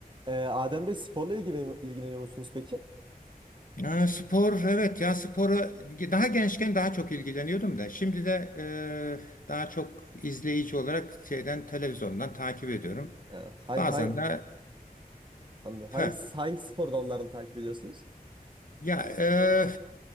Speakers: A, on the right; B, on the left.
A: Ee, Adem Bey sporla ilgileniyor, ilgileniyor musunuz peki?
B: Ya spor evet ya spora daha gençken daha çok ilgileniyordum da şimdi de e, daha çok izleyici olarak şeyden televizyondan takip ediyorum.
A: Ee, hangi,
B: Bazen
A: hangi,
B: de
A: anladım.
B: pö.
A: hangi, hangi spor dallarını takip ediyorsunuz?
B: Ya e,